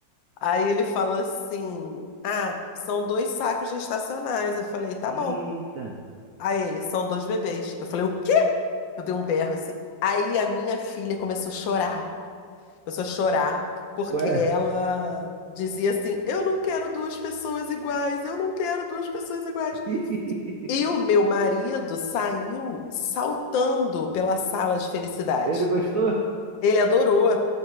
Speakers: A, on the left; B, on the right.
A: Aí ele falou assim: Ah, são dois sacos gestacionais. Eu falei: Tá
B: Eita.
A: bom. Aí ele: São dois bebês. Eu falei: O quê? Eu dei um berro assim. Aí a minha filha começou a chorar. Começou a chorar porque
B: Ué,
A: ela dizia assim: Eu não quero duas pessoas iguais, eu não quero duas pessoas iguais.
B: <laughs>
A: E o meu marido saiu saltando pela sala de felicidade.
B: ele gostou?
A: Ele adorou.